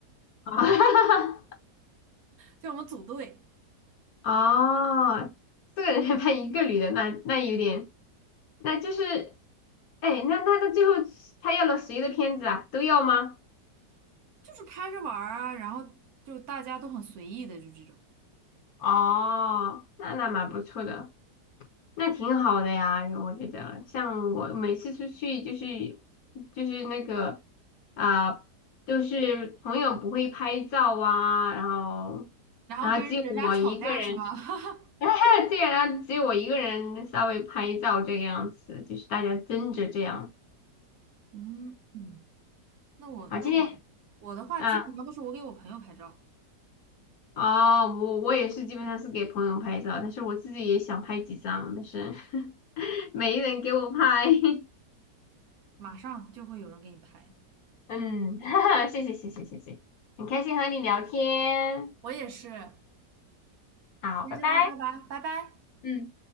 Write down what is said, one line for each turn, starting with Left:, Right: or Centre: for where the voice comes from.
Left: <laughs> 啊，
Right: 就我们组队，
Left: 哦，四个人 <laughs> 还拍一个女的，那那有点，那就是，哎，那那那最后他要了谁的片子啊？都要吗？
Right: 就是拍着玩儿啊，然后就大家都很随意的，就这种，
Left: 哦，那那蛮不错的，那挺好的呀，我觉得。像我每次出去就是就是那个啊、就是朋友不会拍照啊，然后然后只有我一个人。
Right: 然后跟人家吵架是吗？<laughs>
Left: <laughs> 对，然后只有我一个人稍微拍照这个样子，就是大家争着这样。
Right: 嗯，嗯那我那我我的话基本上都是我给我朋友拍照。
Left: 好，今天啊，哦，我我也是基本上是给朋友拍照，但是我自己也想拍几张，但是 <laughs> 没人给我拍。<laughs>
Right: 马上就会有人给你拍，
Left: 嗯，<laughs> 谢谢谢谢谢谢，很开心和你聊天，
Right: 我也是，先
Left: 好，拜拜。
Right: 就到这儿吧，拜拜。
Left: 嗯。